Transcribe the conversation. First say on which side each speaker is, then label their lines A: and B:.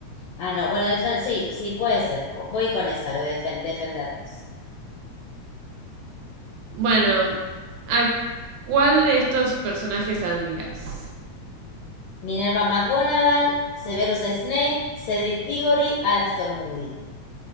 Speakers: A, on the left; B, on the right.
A: Ah, no, bueno, defen- sí, sí, puede ser. Voy con esa, lo de defen- defendernos.
B: Bueno, ¿a cuál de estos personajes admiras?
A: Minerva McGonagall, Severus Snape, Cedric Diggory, Alastor Moody.